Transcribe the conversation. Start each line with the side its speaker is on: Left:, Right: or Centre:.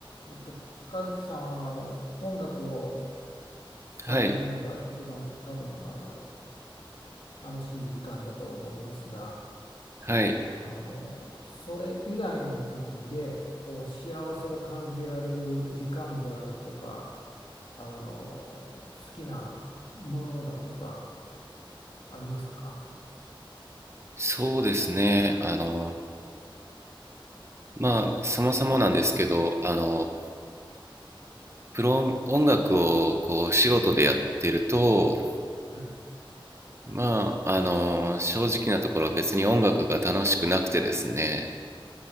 Left: えっと、和樹さん、あの、音楽をされるのが一番多分、
Right: はい、
Left: あの、楽しい時間だと思いますが、
Right: はい、
Left: あの、それ以外の時で、こう、幸せを感じられる時間であるとか、あの、好きなものだとか、ありますか
Right: そうですね。あの、まあ、そもそもなんですけど、あの、プロ音楽をこう仕事でやってると、
Left: はい。
Right: まあ、あの、正直なところ別に音楽が楽しくなくてですね、